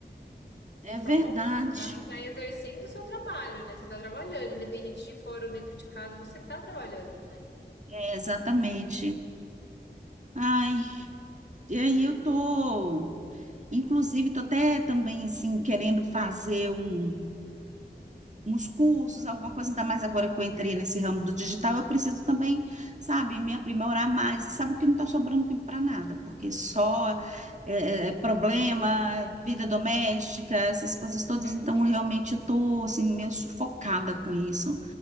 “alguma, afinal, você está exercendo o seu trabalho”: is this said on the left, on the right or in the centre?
Left